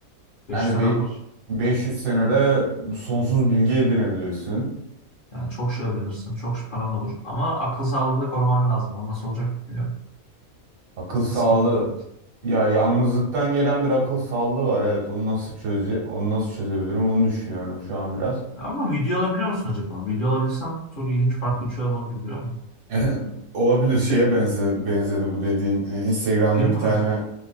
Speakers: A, on the left (about 60°); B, on the right (about 90°).
A: 500
B: Yani
A: senem
B: be-
A: var.
B: 500 senede sonsuz bilgi edinebilirsin.
A: Yani çok şey öğrenirsin. Çok şey paran olur. Ama akıl sağlığını da koruman lazım. O nasıl olacak bilmiyorum.
B: Akıl
A: Asıl
B: sağlığı
A: sıkıntı o tabii ki.
B: ya yalnızlıktan gelen bir akıl sağlığı var evet onu nasıl çöze onu nasıl çözebilirim onu düşünüyorum şu an biraz.
A: Ama video alabiliyor musun acaba? Video alabilirsen çok ilginç farklı bir şey olabilir biliyor musun?
B: <laughs> Olabilir şeye
A: Di-
B: benze benzedi bu dediğin Ee, Instagram'da
A: Film
B: bir
A: konusu.
B: tane
A: mu?